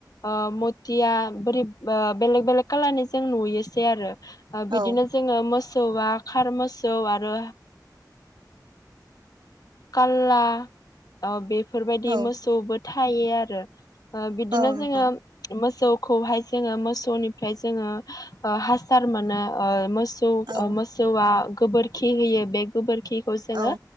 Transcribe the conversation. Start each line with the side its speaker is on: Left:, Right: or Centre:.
Left: ओ मथिया बोरै ओ बेलेग बेलेग कालारनि जों नुयोसै आरो ओ बिदिनो
Right: औ
Left: जोङो मोसौआ खार मोसौ आरो काला ओ बेफोरबायदि
Right: औ
Left: मोसौबो थायो आरो ओ बिदिनो
Right: औ नोंथां
Left: जोङो मोसौखौहाय जोङो मोसौनिफ्राय जोङो ओ हासार मोनो ओ मोस सौ
Right: औ
Left: ओ मोसौआ गोबोरखि होयो बे गोबोरखिखौ जोङो
Right: औ